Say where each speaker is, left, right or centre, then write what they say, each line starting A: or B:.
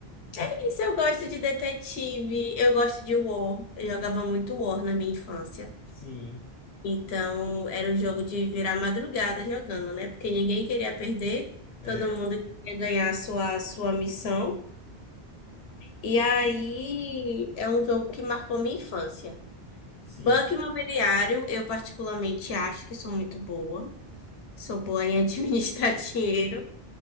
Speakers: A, on the left; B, on the left.
A: É isso, eu gosto de detetive, eu gosto de War. Eu jogava muito War na minha infância.
B: Sim,
A: Então, era o jogo de virar madrugada jogando, né? Porque ninguém queria perder,
B: é,
A: todo mundo queria ganhar a sua, a sua missão. E aí, é um jogo que marcou minha infância.
B: sim.
A: Banco imobiliário, eu particularmente acho que sou muito boa. Sou boa em administrar <laughs> dinheiro.